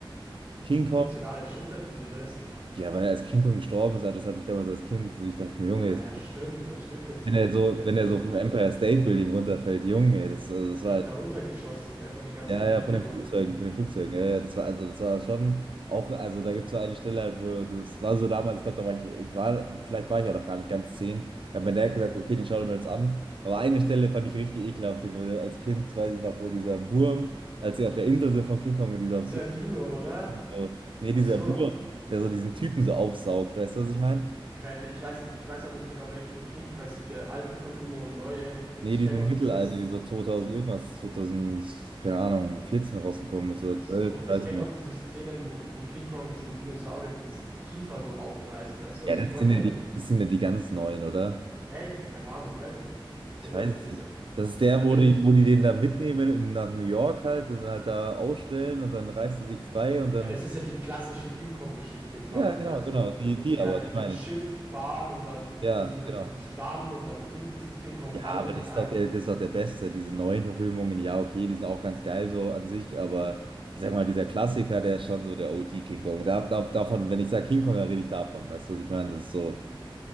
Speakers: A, on the right; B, on the right.
A: King
B: Emotional
A: Kong,
B: erschüttert, wieso das?
A: ja, weil er als King Kong gestorben ist, Alter, das hat mich damals als Kind, ich dachte mir, Junge,
B: Ah
A: das,
B: ja, stimmt, der stirbt ja zum
A: wenn er
B: Ende,
A: so,
B: gell?
A: wenn
B: Das
A: er
B: habe
A: so
B: ich ganz
A: vom Empire
B: vergessen.
A: State Building runterfällt, Junge, das, also das war
B: Der wird da runtergeschossen, gell, von den ganzen
A: Ja,
B: Fliegern
A: ja, von den
B: und
A: Flugzeugen,
B: so.
A: von den Flugzeugen. Ja, ja, das war, also das war schon auch, also da gibt es so eine Stelle, halt, wo das war so damals, ich glaube, da war ich, ich war, vielleicht war ich ja noch gar nicht ganz zehn. Da hat mein Dad gesagt, okay, den schauen wir uns an. Aber eine Stelle fand ich richtig ekelhaft. die war- Als Kind weiß ich noch, wo dieser Wurm, als sie auf der Insel sind von King Kong und dieser
B: Dieser
A: Wurm,
B: Dino, oder?
A: so, nee,
B: Ach
A: dieser
B: so,
A: Wurm, der so diesen Typen so aufsaugt, weißt du, was ich meine?
B: okay, nee, ich weiß nicht, ich weiß auch nicht genau welchen King, weil es gibt ja alte Verfilmungen und neue.
A: Nee,
B: Ich
A: diese
B: kenne
A: Mittelalter,
B: auch dieses
A: die so 2000 irgendwas, 2000, keine Ahnung, 14 rausgekommen ist
B: Ach
A: oder
B: so,
A: 12, ich
B: ich
A: weiß
B: kenne
A: nicht mehr.
B: auch diese Szenen, wo, wo King Kong diesen Dinosauriern dieses, die Kiefer so aufreißt. Weißt du,
A: Ja,
B: was
A: das
B: ich meine?
A: sind ja die, das sind ja die ganz neuen, oder?
B: <laughs> Echt? Keine Ahnung, ich weiß es nicht genau. Ich
A: Ich
B: erinnere
A: weiß
B: mich
A: es
B: nicht
A: nicht.
B: so.
A: Das ist der,
B: Ich habe
A: wo
B: mit.
A: die, wo die den da mitnehmen in, nach New York halt und dann halt da ausstellen und dann reißt er sich frei und dann.
B: Ja, das ist ja die klassische King Kong-Geschichte quasi.
A: Ja, genau,
B: Also,
A: genau. Die,
B: wo
A: die
B: sie
A: aber,
B: halt
A: die
B: mit
A: meine
B: dem Schiff
A: ich.
B: fahren und dann
A: Ja,
B: sind sie bei
A: genau.
B: diesem Stamm und dann finden sie King Kong,
A: Ja,
B: fangen
A: aber
B: den
A: das
B: ein.
A: ist doch der,
B: Und
A: das ist doch der Beste. Diese neuen Verfilmungen, ja, okay, die sind auch ganz geil so an sich, aber ich sag mal, dieser Klassiker, der ist schon so der OG King Kong. Da, da, davon, wenn ich sage King Kong, dann rede ich davon. Weißt du, was ich meine? Das ist so